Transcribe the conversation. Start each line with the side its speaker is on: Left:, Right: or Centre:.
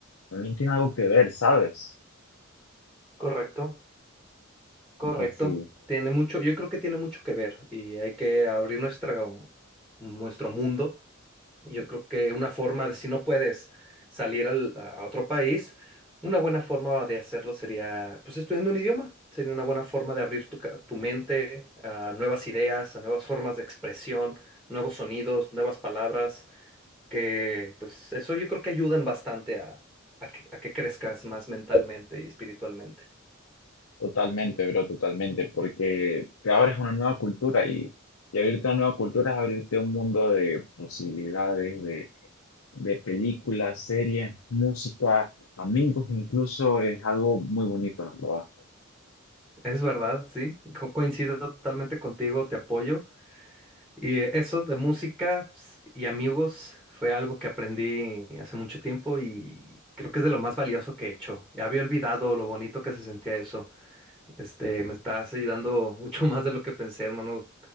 Left: también tiene algo que ver, ¿sabes?
Centre: Correcto, correcto.
Left: Sí, sí, sí.
Centre: Tiene mucho, yo creo que tiene mucho que ver y hay que abrir nuestro, nuestro mundo Yo creo que una forma de, si no puedes salir al- a otro país, una buena forma de hacerlo sería, pues, estudiando un idioma. Sería una buena forma de abrir tu, ca- tu mente a nuevas ideas, a nuevas formas de expresión, nuevos sonidos, nuevas palabras, que, pues, eso yo creo que ayudan bastante a, a que, a que crezcas más mentalmente y espiritualmente.
Left: Totalmente, bro, totalmente. Porque te abres a una nueva cultura y, y abrirte a una nueva cultura es abrirte a un mundo de posibilidades, de películas, series, música, amigos, incluso es algo muy bonito, ¿no? Lo-
Centre: Es verdad, sí, co- coincido totalmente contigo, te apoyo. Y eh, eso de música ps, y amigos fue algo que aprendí hace mucho tiempo y creo que es de lo más valioso que he hecho. Ya había olvidado lo bonito que se sentía eso. Este, me estás ayudando <laughs> mucho más de lo que pensé, hermano.